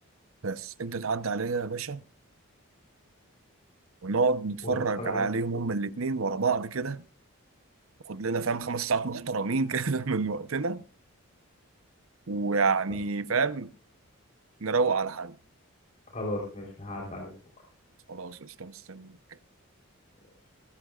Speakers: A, on the right; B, on the left.
A: بس أنت تعدي عليا يا باشا ونقعد نتفرج
B: ونتفرج على
A: عليهم
B: انفينيتي
A: هما
B: وور
A: الاتنين ورا بعض كده ناخد لنا فاهم خمس ساعات محترمين كده <laughs> من وقتنا ويعني
B: خلاص
A: فاهم نروق على حد
B: خلاص، ماشي هعدي عليك بكره
A: خلاص قشطة مستني
B: ماشي